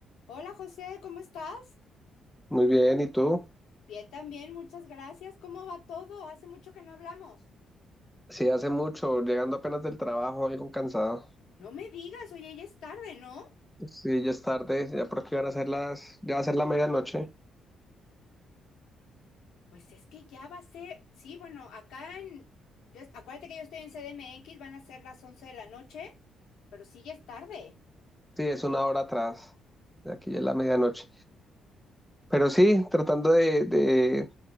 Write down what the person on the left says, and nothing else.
Hola José, ¿cómo estás?
Bien también, muchas gracias. ¿Cómo va todo? Hace mucho que no hablamos.
No me digas, oye, ya es tarde, ¿no?
Pues es que ya va a ser, sí, bueno, acá en, yo, acuérdate que yo estoy en CDMX, van a ser las 11 de la noche, pero sí ya es tarde.